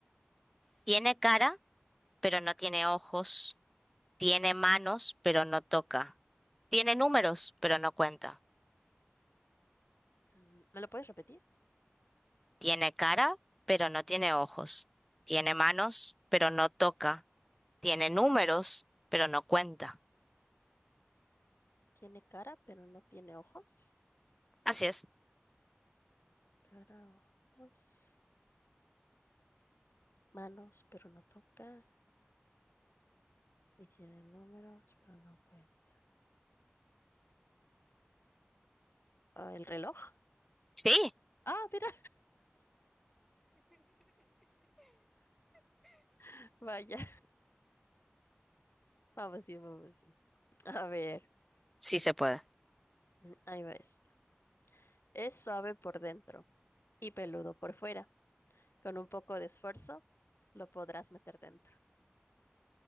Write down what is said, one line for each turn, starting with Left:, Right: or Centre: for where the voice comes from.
Centre: tiene cara, pero no tiene ojos. Tiene manos, pero no toca. Tiene números, pero no cuenta.
Left: Mm, ¿Me lo puedes repetir?
Centre: Tiene cara, pero no tiene ojos. Tiene manos, pero no toca. Tiene números, pero no cuenta.
Left: Tiene cara, pero no tiene ojos.
Centre: Así es.
Left: Cara, ojos, manos, pero no toca. Y tiene números, pero no cuenta. Ah, ¿el reloj?
Centre: Sí,
Left: Ah, mira, <laughs> vaya. Vamos bien, vamos bien. A ver,
Centre: sí se puede.
Left: mm, ahí va esto. Es suave por dentro y peludo por fuera. Con un poco de esfuerzo, lo podrás meter dentro.